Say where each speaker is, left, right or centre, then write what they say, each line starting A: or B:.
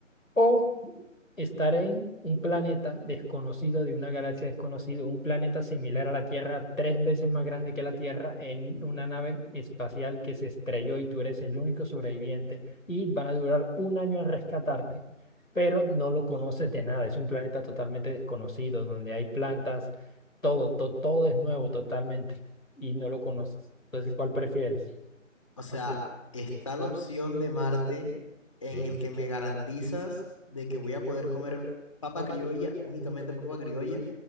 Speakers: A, on the left; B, on the left.
A: O Estar en un planeta desconocido, de una galaxia desconocida, un planeta similar a la Tierra, tres veces más grande que la Tierra, en una nave espacial que se estrelló y tú eres el único sobreviviente y van a durar un año en rescatarte, pero no lo conoces de nada, es un planeta totalmente desconocido, donde hay plantas, todo, to- todo es nuevo totalmente y no lo conoces. Entonces, ¿cuál prefieres?
B: O sea, está la opción de Marte en
A: Sí,
B: el que me garantizas de que voy a poder comer papa criolla, únicamente papa criolla,